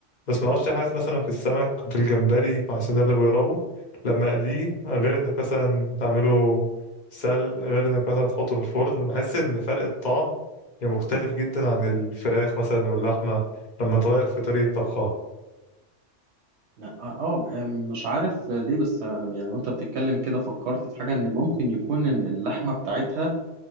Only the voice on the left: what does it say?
بس ما اعرفش حاسس مثلا في السمك في الجمبري عشان ده اللي بجربه لما أقليه غير إنك مثلا تعمله سل غير إنك مثلا تحطه في الفرن بحس إن فرق الطعم يعني مختلف جدا عن الفراخ مثلا واللحمة لما تغير في طريقة طبخها